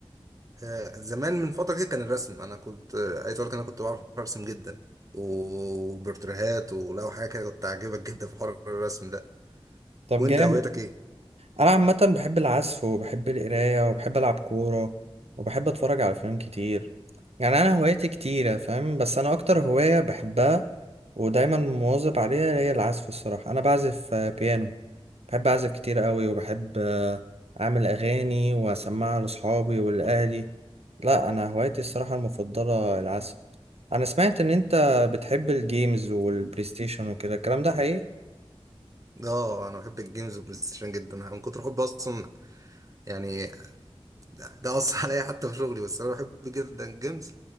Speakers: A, on the right; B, on the right.
A: أه زمان من فتره كده كان الرسم انا كنت آه، عايز اقول لك انا كنت بعرف ارسم جدا وبورتريهات ولو حاجه كده كنت عاجبك جدا في حوار الرسم ده
B: طب
A: وانت
B: جامد
A: هوايتك ايه
B: انا عامه بحب العزف وبحب القرايه وبحب العب كوره وبحب اتفرج على افلام كتير يعني انا هواياتي كتيره فاهم بس انا اكتر هوايه بحبها ودايما مواظب عليها هي العزف الصراحه انا بعزف آه، بيانو بحب اعزف كتير قوي وبحب آه، اعمل اغاني واسمعها لاصحابي ولاهلي لا انا هوايتي الصراحه المفضله العزف انا سمعت ان انت بتحب الجيمز والبلاي ستيشن وكده الكلام ده حقيقي
A: اه انا بحب الجيمز والبلاي ستيشن جدا انا من كتر حبي اصلا يعني ده, ده أثر عليا حتى في شغلي بس أنا بحب جدا الجيمز